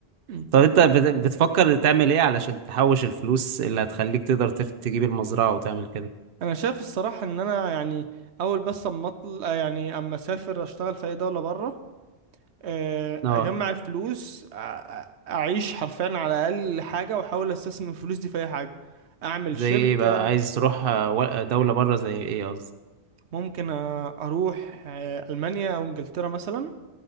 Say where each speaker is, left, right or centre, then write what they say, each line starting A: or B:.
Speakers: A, on the right; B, on the right.
A: أمم.
B: طب أنت بت- بتفكر تعمل إيه علشان تحوش الفلوس اللي هتخليك تقدر تف- تجيب المزرعة وتعمل كده؟
A: انا شايف الصراحه ان انا يعني اول بس اما اطل آه يعني اما اسافر اشتغل في اي دوله بره آه،
B: اه
A: اجمع الفلوس أ- أ- اعيش حرفيا على اقل حاجه واحاول استثمر الفلوس دي في اي حاجه اعمل
B: زي
A: شركه
B: ايه بقى عايز تروح آه، و- آه، دولة بره زي ايه قصدي
A: ممكن أ- اروح آه، المانيا او انجلترا مثلا